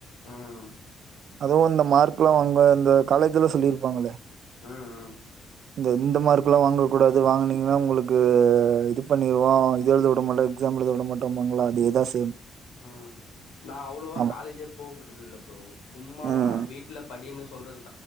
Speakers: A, on the left; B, on the right.
A: ம்
B: அதும் இந்த மார்க் எல்லா வாங்க இந்த காலேஜ்ல சொல்லிருப்பாங்களே
A: ம் ம்
B: இந்த இந்த மார்க் இப்பலா வாங்கக்கூடாது வாங்கனீங்கன்னா உங்களுக்கு இது பண்ணிருவோ இத எழுதவிடமாட்டோ எக்ஸாம் எழுத விட மாட்டோபாங்கள அதேதா சேம்
A: ம் நா அவ்வளோவா
B: ஆமா
A: காலேஜே போ போறது இல்ல ப்ரோ சும்மா
B: ம்
A: வீட்ல படின்னு சொல்றது